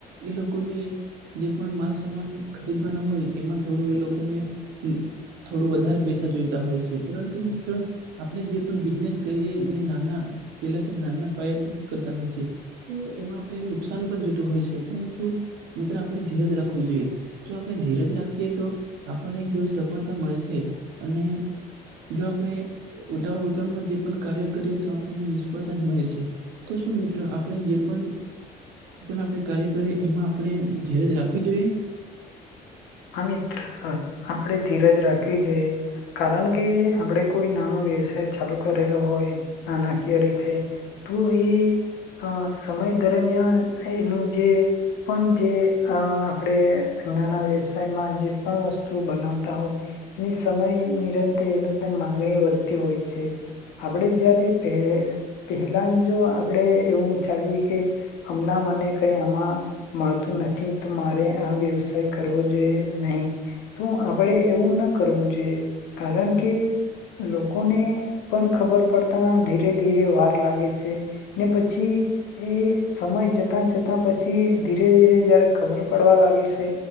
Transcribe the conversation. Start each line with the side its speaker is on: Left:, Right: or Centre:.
Right: એ લોકોને જે પણ માલસામાન હોય એમાં થોડું એ લોકોને થોડું વધારે પૈસા જોઈતા હોય છે પરંતુ મિત્રો આપણે જે પણ બિઝનેસ કરીએ એ નાના પેલા નાના પ્રયત્ન કરતા હોય છે તો એમાં આપણે નુકસાન પણ જોતું હોય છે પરંતુ મિતત્ર આપણે ધીરજ રાખવું જોઈએ આપણે ધીરજ રાખીએ તો આપણને એક દિવસ સફળતા મળશે અને જો આપણે ઉતાળ ઉતળમાં જે પણ કાર્ય કરીએ તો આપણને નિષ્ફળતા જ મળે છે તો શું મિત્રો આપણે જે પણ આપણે કાર્ય કરે એમાં આપણે ધીરજ રાખવી જોઈએ
Left: હા મિત્ર આપડે ધીરજ રાખવી જોઈએ કારણ કે આપડે કોઈ નાનો વ્યવસાય ચાલુ કરેલો હોય નાણાકીય રીતે તો એ સમય દરમિયાન એનું જે પણ જે અ આપણે નાના વ્યવસાયમાં જે પણ વસ્તુ બનાવતા હોય એની સમય નિરંતર એનું પણ માંગણી વધતી હોય છે. આપણે જયારે પેહ પહેલા જો આપણેે એવું ચાલીએ કે હમણાં મને કઈ આમાં મળતું નથી તો મારે આ વ્યવસાય કરવો જોઈ નહી. તો આપણેે એવું ન કરવું જોયે. કારણ કે લોકોને પણ ખબર પડતા ધીરે ધીરે વાર લાગે છે. ને પછી ઇ સમય જ જતા જતા પછી ધીરે ધીરે જયારે ખબર પડવા લાગી છે